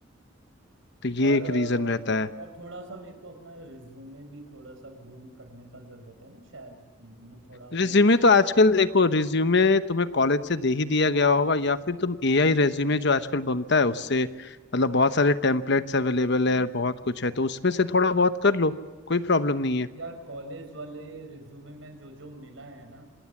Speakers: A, on the left; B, on the right.
A: तो ये
B: और
A: एक
B: अ,
A: रीजन रहता है
B: और थोड़ा सा मेरे को अपना रिज्यूमे भी थोड़ा सा ग्रूम करने का जरूरत है ना शायद कि मैं थोड़ा अपने
A: रिज्यूमे तो आजकल देखो रिज्यूमे तुम्हें कॉलेज से दे ही दिया गया होगा या फिर तुम एआई रिज्यूमे जो आजकल बनता है उससे मतलब बहुत सारे टेम्पलेट्स अवेलेबल है और बहुत कुछ है तो उसमें से थोड़ा बहुत कर लो कोई प्रॉब्लम नहीं है
B: यार कॉलेज वाले रिज्यूमे में जो जो मिला है ना